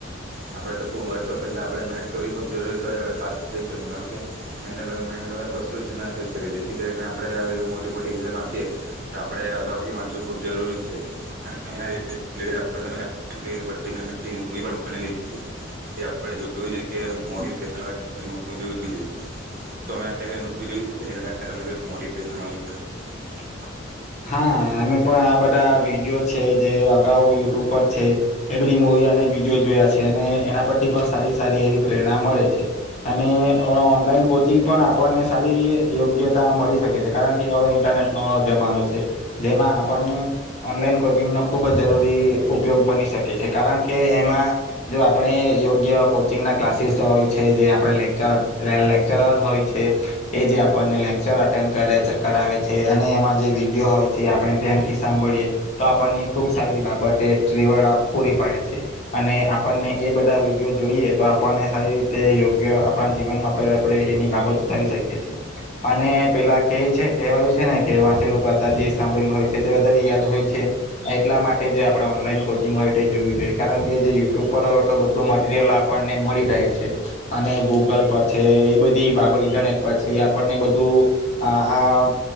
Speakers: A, on the right (about 50°); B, on the left (about 35°).
A: આપણે તો ખૂબ વર્ષો પહેલા આપણે મહેનત કરવી ખૂબ જરૂરી, હોય તો જ આપણે પાસ થઈ શકી, કારણ કે મહેનત મહેનત વગર કશું જ ન થઈ શકે, જેથી કરીને આપણે આવી મોટી મોટી એક્ઝામ આપીએ તો આપણે અગાઉથી વાંચવું ખબ જરૂરી છે.
B: હા અમે પણ આ બધા આવી વિયો છે જે અગાઉ યુટ્યુબ પર છે, એવરી મુવી અને વિડીયો જોયા છે, અને એના પરથી પણ સારી સારી એવી પ્રેરણા મળે છે, અને ઓનલાઈન કોચિંગ પણ આપણને સારી યોગ્યતા મળી શકે છે કારણ કે હવે ઇન્ટરનેટ ન જમાનો છે. જેમાં આપણને ઓનલાઈન કોચિંગનો ખૂબ જ જરૂરી ઉપયોગ બની શકે છે, કારણ કે એમાં જો આપણે યોગ્ય કોચિંગના ક્લાસીસ હોય છે, જે આપણે લેક્ચર લેક્ચરર હોય છે, એ જે આપણને લેક્ચર અટેન્ડ કરે કરાવે છે, અને એમાં જે વિ વિડીયો હોય છે આપણે ધ્યાનથી સાંભળીએ, તો આપણને ખુબ સારી બાબત એ ટવર પૂરી પાડે છે, અને આપણને એ બધા વિડીયો જોઈએ તો આપણને સારી રીતે યોગ્ય આપણા જીવનમાં આપ એની બાબતો કરી શકીએ છીએ, અને પેલા ક છે કહેવાયું છે ને કે વાંચેલું કરતા જે સાભળેલું હોય છે તે વધારે યાદ હોય છે, એટલા માટે જે આપણે ઓનલાઈન કોચિંગ હોય તે જોવું જોઈએ કારણ કે જે યુટ્યુબ પર હોય તો બધું મટરિયલ આપણને મળી રહે છે, અને ગૂગલ પર છે, એ બધી બાબત ઇન્ટરનેટ પર છે આપણને બધું આ